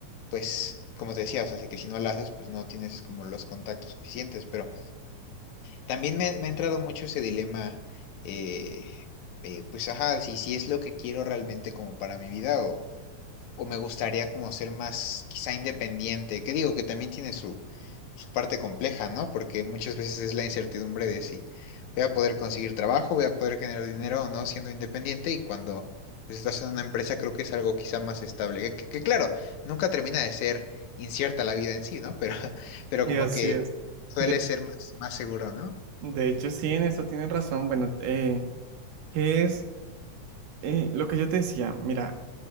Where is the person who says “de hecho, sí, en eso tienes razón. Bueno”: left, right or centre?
Right